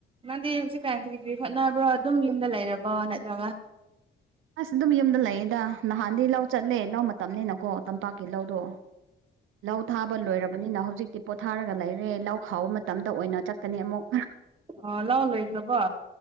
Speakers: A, on the right; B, on the right.
A: ꯅꯪꯗꯤ ꯍꯧꯖꯤꯛꯀꯥꯟ ꯀꯔꯤ ꯀ꯭ꯔꯤ ꯍꯣꯠꯅꯕ꯭ꯔꯣ ꯑꯗꯨꯝ ꯌꯨꯝꯗ ꯂꯩꯔꯕꯣ ꯅꯠꯇ꯭ꯔꯒ
B: ꯑꯁ ꯗꯨꯝ ꯌꯨꯝꯗ ꯂꯩꯌꯦꯗ ꯅꯍꯥꯟꯗꯤ ꯂꯧ ꯆꯠꯂꯦ ꯂꯧ ꯃꯇꯝꯅꯤꯅꯀꯣ ꯇꯝꯄꯥꯛꯀꯤ ꯂꯧꯗꯣ ꯂꯧ ꯊꯥꯕ ꯂꯣꯏꯔꯕꯅꯤꯅ ꯍꯧꯖꯤꯛꯇꯤ ꯄꯣꯊꯥꯔꯒ ꯂꯩꯔꯦ ꯂꯧ ꯈꯥꯎꯕ ꯃꯇꯝꯗ ꯑꯣꯏꯅ ꯆꯠꯀꯅꯤ ꯑꯃꯨꯛ
A: ꯑꯥ ꯂꯧ ꯂꯣꯏꯈ꯭ꯔꯕꯣ